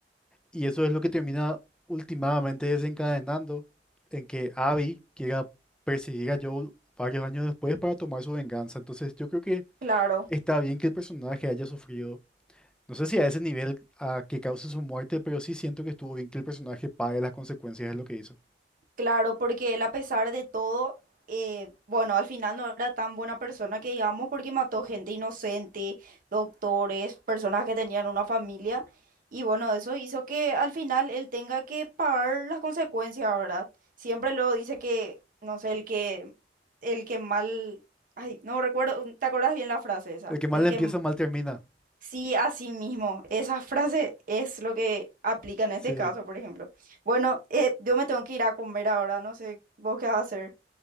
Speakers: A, in the centre; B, on the right (about 50°).
A: y eso es lo que termina últimamente desencadenando en que Abby quiera perseguir a Joel varios años después para tomar su venganza. Entonces, yo creo que
B: claro.
A: está bien que el personaje haya sufrido No sé si a ese nivel a que cause su muerte, pero sí siento que estuvo bien que el personaje pague las consecuencias de lo que hizo.
B: Claro, porque él a pesar de todo, eh, bueno, al final no era tan buena persona que digamos porque mató gente inocente, doctores, personas que tenían una familia. Y bueno, eso hizo que al final él tenga que pagar las consecuencias, ¿verdad? Siempre luego dice que, no sé, el que, el que mal, ay, no recuerdo, ¿te acuerdas bien la frase esa?
A: El que mal
B: El
A: empieza,
B: que
A: mal termina.
B: Sí, así mismo. Esa frase es lo que aplica en este
A: Sí.
B: caso, por ejemplo. Bueno, eh, yo me tengo que ir a comer ahora, no sé vos qué vas a hacer.